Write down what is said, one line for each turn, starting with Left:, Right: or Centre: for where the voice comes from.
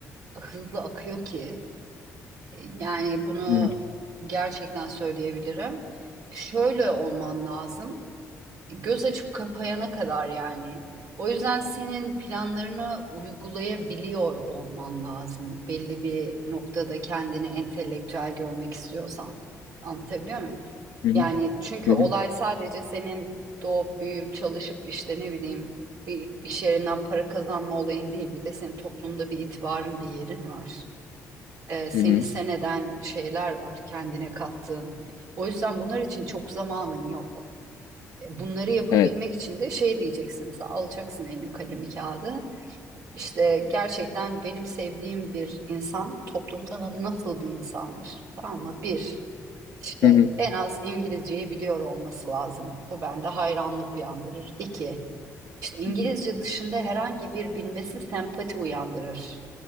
Right: hızlı akıyor ki. e, Yani bunu
Left: Hı hı.
Right: gerçekten söyleyebilirim. Şöyle olman lazım. Göz açıp kapayana kadar yani. O yüzden senin planlarını uygulayabiliyor olman lazım. Belli bir noktada kendini entelektüel görmek istiyorsan. Anlatabiliyor muyum?
Left: hı hı.
Right: Yani çünkü
Left: Hı
Right: olay
Left: hı.
Right: sadece senin doğup büyüyüp çalışıp işte ne bileyim bir iş yerinden para kazanma olayın değil. Bir de senin toplumda bir itibarın, bir yerin var. Ee, seni
Left: Hı hı.
Right: sen eden şeyler var kendine kattığın. O yüzden bunlar için çok zamanın yok. Bunları yapabilmek
Left: Evet.
Right: için de şey diyeceksin mesela alacaksın eline kalemi kağıdı. İşte gerçekten benim sevdiğim bir insan toplumda nasıl bir insandır? Tamam mı? Bir, işte
Left: Hı hı.
Right: en az İngilizceyi biliyor olması lazım. Bu bende hayranlık uyandırır. İki, işte İngilizce
Left: Hı hı.
Right: dışında herhangi bir bilmesi sempati uyandırır.